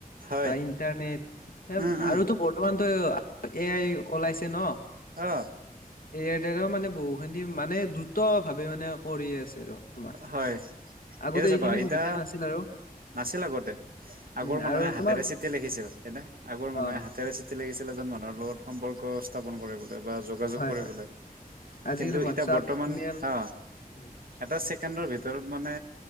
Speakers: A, on the right; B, on the left.
A: হয়
B: বা ইণ্টাৰনেট এ
A: উম উম
B: আৰুতো বৰ্তমানতো এ আই ওলাইছে ন'?
A: অ
B: এ আইৰ দ্বাৰাও মানে বহুখিনি মানে দ্ৰুত ভাৱে মানে কৰি আছে আৰু তোমাৰ।
A: হয়
B: আগতে
A: এতিয়া চাবা
B: এইখিনি
A: এতিয়া
B: সুবিধা নাছিল আৰু।
A: নাছিল আগতে। আগৰ
B: উম
A: মানুহে
B: আৰু
A: হাতেৰে
B: তোমাৰ
A: চিঠি লিখিছিল হয়নে? আগৰ
B: অ
A: মানুহে হাতেৰে চি- ঠি লিখিছিল এজন মানুহৰ লগত সম্পৰ্ক স্থাপন কৰিবলৈ বা যোগাযোগ
B: হয়
A: কৰিবলৈ।
B: হয় আজিকালি
A: কিন্তু
B: হোৱাটছআপ
A: এতিয়া বৰ্তমান,
B: ইমেইল
A: হা
B: উম
A: এটা ছেকেণ্ডৰ ভিতৰত মানে